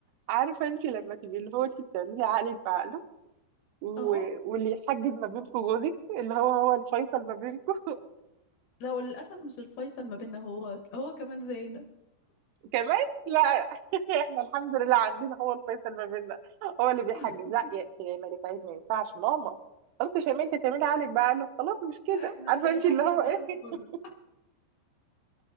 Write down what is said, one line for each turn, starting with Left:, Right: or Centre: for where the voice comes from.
Right: عارفه انت لما تبقي اللي هو انت بتعملي عقلك بعقله و...
Left: اه
Right: واللي يحجز ما بينكم جوزك اللي هو هو الفيصل ما بينكم <laughs>
Left: لا هو للأسف مش الفيصل ما بيننا هو هو كمان زينا
Right: كمان لا <laughs> احنا الحمد لله عندنا هو الفيصل ما بيننا هو اللي بيحجز
Left: <laughs>
Right: لا يا يا ملك عيب ما ينفعش ماما خلاص يا شيماء انت تعملي عقلك بعقله خلاص مش كده
Left: لا احنا
Right: عارفه
Left: اللي بيحجز
Right: انت اللي هو ايه
Left: بقى ناس بره
Right: <laughs>